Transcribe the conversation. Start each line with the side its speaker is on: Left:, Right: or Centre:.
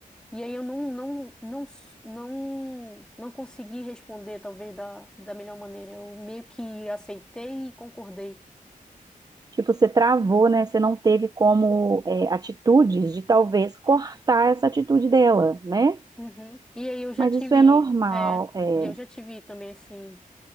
Centre: E aí eu não, não, não, s- não, não consegui responder, talvez, da, da melhor maneira. Eu meio que aceitei e concordei.
Right: Tipo, você travou, né? Você não teve como é, atitudes de talvez cortar essa atitude dela, né?
Centre: Uhum. E aí eu já
Right: Mas
Centre: tive,
Right: isso é normal,
Centre: é,
Right: é.
Centre: e eu já tive também, assim,